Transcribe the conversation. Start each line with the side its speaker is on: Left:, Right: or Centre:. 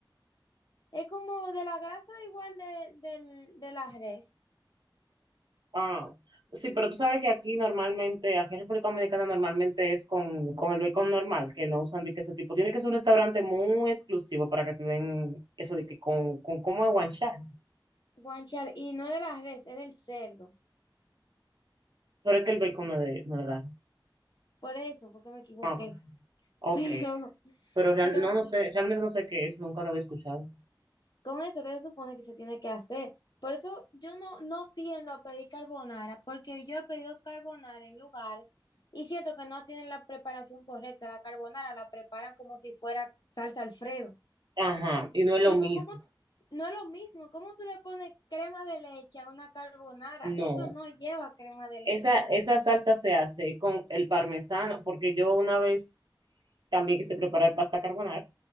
Left: Es como de la grasa igual de, del- de la res,
Right: Ah, sí, pero tú sabes que aquí normalmente, aquí en República Dominicana normalmente es con, con el bacon normal, que no usan de que ese tipo. Tiene que ser un restaurante muy exclusivo para que te den eso de que con, con como de guanchar.
Left: guanciale y no de la res, es del cerdo.
Right: Pero es que el bacon no es de, no es de Lares.
Left: Por eso, porque me equivoqué.
Right: Ah, ok. Ok.
Left: <laughs> Pero
Right: Pero real-
Left: Pero
Right: no,
Left: sí,
Right: no sé, realmente no sé qué es, nunca lo había escuchado.
Left: con eso que se supone que se tiene que hacer. Por eso yo no, no tiendo a pedir carbonara, porque yo he pedido carbonara en lugares y siento que no tienen la preparación correcta. La carbonara la preparan como si fuera salsa Alfredo.
Right: Ajá, y no es lo
Left: Tipo,
Right: mismo.
Left: ¿cómo? No es lo mismo. ¿Cómo tú le pones crema de leche a una carbonara?
Right: No,
Left: Eso no lleva crema de leche.
Right: esa, esa salsa se hace con el parmesano, porque yo una vez también quise preparar pasta carbonara